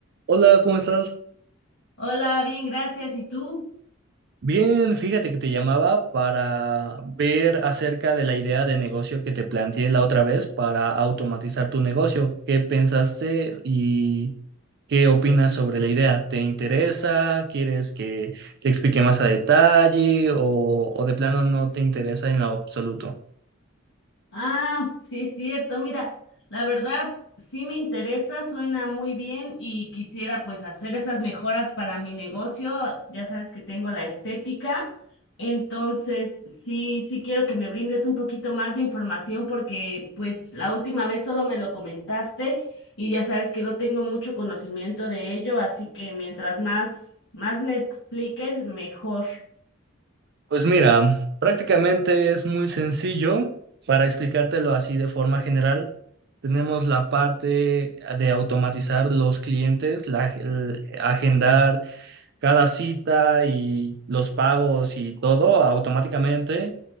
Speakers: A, on the right; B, on the left.
A: Hola, ¿cómo estás?
B: Hola, bien, gracias. ¿Y tú?
A: Bien, fíjate que te llamaba para ver acerca de la idea de negocio que te planteé la otra vez para automatizar tu negocio. ¿Qué pensaste y qué opinas sobre la idea? ¿Te interesa? ¿Quieres que te explique más a detalle o, o de plano no te interesa en lo absoluto?
B: Ah, sí es cierto. Mira, la verdad sí me interesa, suena muy bien y quisiera pues hacer esas mejoras para mi negocio. Ya sabes que tengo la estética, entonces sí, sí quiero que me brindes un poquito más de información porque pues la última vez solo me lo comentaste y ya sabes que no tengo mucho conocimiento de ello, así que mientras más, más me expliques, mejor.
A: Pues mira, prácticamente es muy sencillo para explicártelo así de forma general. Tenemos la parte de automatizar los clientes, la, el agendar cada cita y los pagos y todo automáticamente.